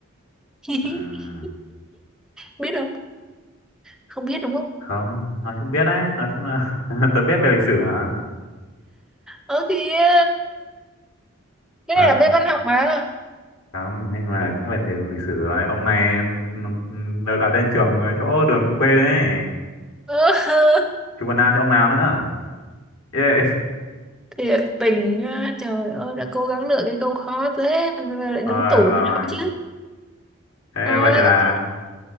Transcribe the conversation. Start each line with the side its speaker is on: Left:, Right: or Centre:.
Centre: <laughs>
Left: Ừm,
Centre: biết không không biết đúng không
Left: không, nói chung biết đấy, nói chung là <laughs> tớ biết về lịch sử mà.
Centre: ơ kìa cái
Left: À,
Centre: này là bên văn học mà
Left: không, nhưng mà cũng về thể lịch sử rồi. Ông này ừm, ừm, được đặt tên trường ở chỗ đường Thụy Khuê đấy.
Centre: Ơ, <laughs>
Left: chú Văn An chứ ông nào nữa à? yeah.
Centre: thiệt tình á, trời ơi đã cố gắng lựa cái câu khó thế mà mà lại đúng
Left: rồi
Centre: tủ
Left: rồi
Centre: mới đâu chứ
Left: thế
Centre: thôi
Left: vậy là
Centre: ok